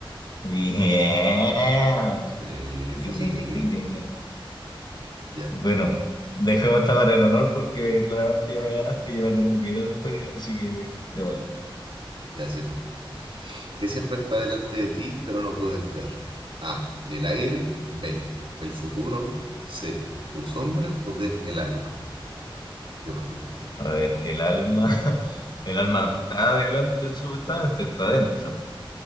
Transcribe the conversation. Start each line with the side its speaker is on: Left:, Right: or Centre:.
Left: Bien.
Right: Sí, facilito.
Left: Ding, ding, ding, ding, ding, ding.
Right: Ya,
Left: Bueno, dejemos esta para el honor porque claramente ya me ganaste y yo me tengo que ir después, así que démosle.
Right: ya sé. po. ¿Qué siempre está delante de ti, pero no puedes ver? A. El aire. B. El futuro. C. Tu sombra o D. El alma. Qué profundo.
Left: A ver, el alma, <laughs> el alma no está delante, supuestamente, está adentro.